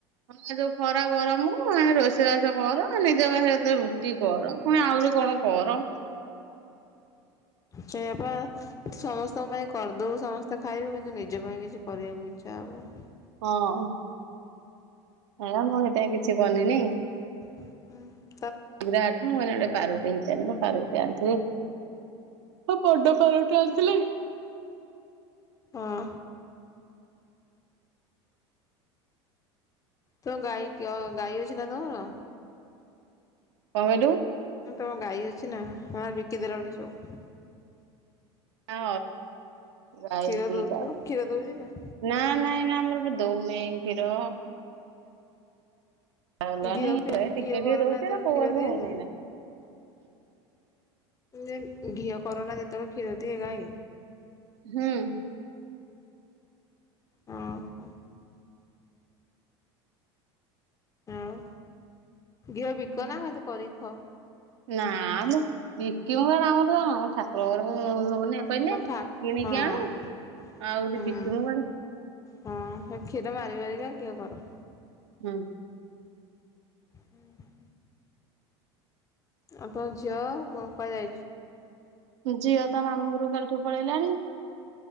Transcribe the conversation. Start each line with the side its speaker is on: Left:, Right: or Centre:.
Right: ହଁ ଯୋଉ ଖରା ଗରମକୁ ଏଣେ ରୋଷେଇ ବାସ କର ନିଜ ପାଇଁ ରୁଟି କର। ପୁଣି ଆହୁରି କଣ କର
Left: ସେଇଆପା ସମସ୍ତଙ୍କ ପାଇଁ କରିଦବୁ ସମସ୍ତେ ଖାଇବୁ କିନ୍ତୁ ନିଜ ପାଇଁ କିଛି କରିବାକୁ ଇଚ୍ଛା ହବନି
Right: ହଁ ହେରା ମୁଁ ହେତା କିଛି କନିନି
Left: ହୁଁ।
Right: ଯା ହାଟକୁ <unintelligible> ଗୋଟେ ପାରୁଟି ଘିତିଆନିବ ପାରୁ ଆଣିଥିଲି ହଁ ବଡ଼ପାରଠୁ ଆଣିଥିଲେ
Left: ହଁ। ତମ ଗାଈ କିଅ ଗାଈ ଅଛି ନା ତମର?
Right: କଣ କହିଲୁ
Left: ତମ ଗାଈ ଅଛିନା ନା ବିକିଦେଲାଣି ସବୁ
Right: ନା ଗାଈ
Left: ଖୀର
Right: ଦିଟା
Left: ଦଉଥିବ ଖୀର ଦଉଛି ନା?
Right: ନା ନାଇଁ ନା ଆମର ପା ଦଉନି କ୍ଷୀର ଗଲାଣି
Left: ଘିଅ ଫିଅ
Right: ଟିକେ
Left: ଘିଅ
Right: ଟିକେ
Left: କରନା
Right: ଦଉଛି
Left: ଜେତବେଳେ
Right: ଏରା କୋଉ
Left: କ୍ଷୀର
Right: ଆଡକୁ
Left: ଦିଏ
Right: ହଉନି
Left: ଯା
Right: ଏଇନା
Left: ଯେ ଘିଅ କରନା ଯେତେବେଳେ କ୍ଷୀର ଦିଏ ଗାଇ?
Right: ହୁଁ।
Left: ହଁ ପା ଆଉ ଘିଅ ବିକ
Right: ହୁଁ।
Left: ନା ଖାଲି <unintelligible> କରିକି ଖ
Right: ନା ଲୋ ବିକିମ କଣ ଆମର ପା ଠାକୁର ଘରକୁ ହଉନି କହିଲେ
Left: ତମ
Right: କିଣିକି
Left: ଠା ହଁ
Right: ଆଣୁ ଆହୁରି
Left: ହୁଁ।
Right: ବିକିବ କୁଆଡେ
Left: ହଁ ସେ କ୍ଷୀର ମାରିି ମାରିବାରିକା ଘିଅ କରୁ
Right: ହୁଁ।
Left: ହୁଁ। ଆପଣଙ୍କ ଝିଅ କଣ କୁଆଡ଼େ ଯାଇଛି?
Right: ଝିଅ ତା ମାମୁଁ ଘରକୁ କାଲିଠୁ ପଳେଇଲାଣ।